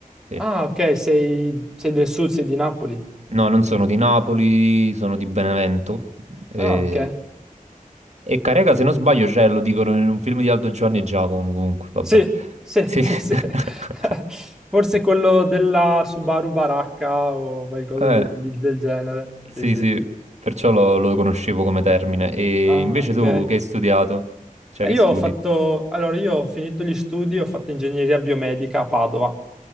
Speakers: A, on the right; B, in the centre.
A: Sì.
B: Ah, ok, sei, sei del sud, sei di Napoli.
A: No, non sono di Napoli, sono di Benevento. E,
B: Ah, ok.
A: e Carega, se non sbaglio, cioè, lo dicono in un film di Aldo Giovanni e Giacomo, comunque, vabbè.
B: Sì, sì,
A: Sì.
B: sì,
A: <laughs>
B: sì. <laughs> Forse quello della Subaru Baracca o qualcosa
A: Eh,
B: di- di- del genere.
A: sì,
B: Sì, sì.
A: sì, perciò lo, lo conoscevo come termine. E
B: Ah,
A: invece
B: ok.
A: tu che hai studiato? Cioè,
B: Eh,
A: che
B: Io
A: studi?
B: ho fatto, allora io ho finito gli studi, ho fatto ingegneria biomedica a Padova.